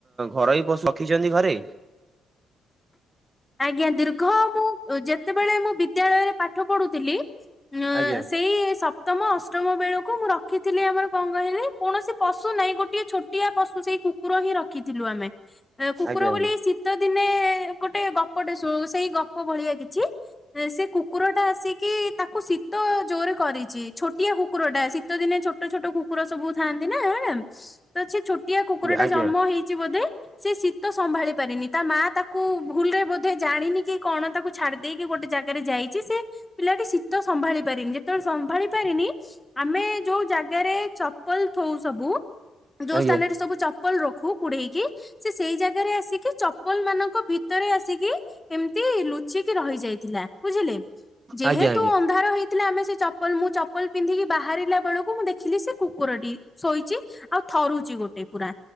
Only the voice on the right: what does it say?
ଘରୋଇ ପଶୁ ରଖିଛନ୍ତି ଘରେ?
ଆଜ୍ଞା
ଆଜ୍ଞା
ଆଜ୍ଞା
ଆଜ୍ଞା
ଆଜ୍ଞା
ଆଜ୍ଞା ଆଜ୍ଞା ଆଜ୍ଞା